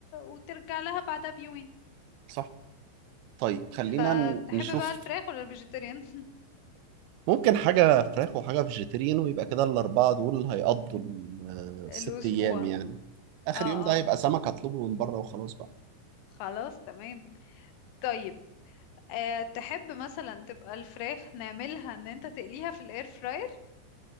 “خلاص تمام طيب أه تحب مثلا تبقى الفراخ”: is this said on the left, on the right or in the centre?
Left